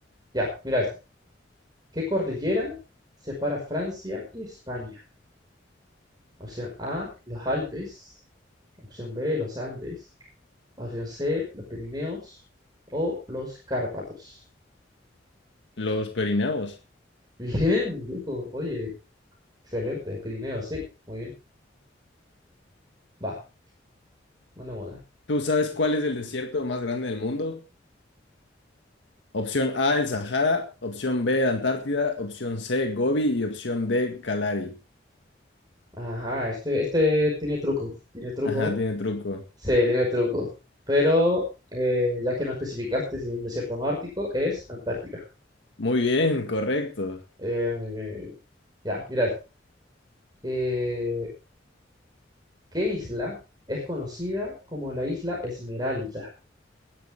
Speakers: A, on the right; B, on the left.
A: Ya, mira esta. ¿Qué cordillera separa Francia y España? Opción A, los Alpes. Opción B, los Andes. Opción C, los Pirineos o los Cárpatos.
B: Los perineos.
A: Bien, viejo. Oye, Excelente, Pirineo, sí, muy bien. Va, mandamos una.
B: ¿Tú sabes cuál es el desierto más grande del mundo? Opción A, el Sahara. Opción B, Antártida. Opción C, Gobi. Y opción D, Kalari.
A: Ajá, este, este tiene truco, tiene truco,
B: Ajá, tiene truco.
A: sí, tiene truco. Pero eh, ya que no especificaste si es un desierto no ártico, es Antártica.
B: Muy bien, correcto.
A: Eh, eh, ya, mira esta. Eh, ¿qué isla es conocida como la isla Esmeralda?